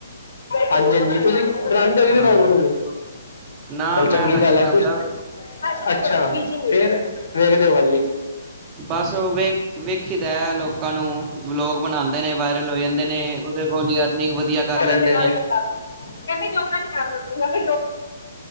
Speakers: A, on the left (about 80°); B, on the right (about 20°).
A: ਹਾਂਜੀ ਹਾਂਜੀ ਤੁਸੀਂ ਬਰਾਂਡ ਵੀ ਵੀ
B: ਹਾਂ
A: ਲਓ ਉਹਨੂੰ
B: ਨਾ
A: ਚੱਲ
B: ਮੈਂ
A: ਚੰਗੀ
B: ਤਾਂ ਨਹੀਂ
A: ਗੱਲ
B: ਬਣਾਦਾ
A: ਹੈ ਕੁਛ ਅੱਛਾ ਫੇਰ ਵੇਖਦੇ ਹੋ ਹਾਲੀ
B: ਬਸ ਉਹ ਵੇਖ ਵੇਖੀ ਦਾ ਲੋਕਾਂ ਨੂੰ ਵਲੋਗ ਬਣਾਉਂਦੇ ਨੇ ਵਾਇਰਲ ਹੋ ਜਾਂਦੇ ਨੇ ਉਹਦੇ ਕੋਲ ਅਰਨਿੰਗ ਵਧੀਆ ਕਰ
A: ਕਹਿੰਦੇ
B: ਲੈਂਦੇ ਨੇ
A: ਯੋਗਾ ਨੀ ਕਰਦੇ ਯਗਾ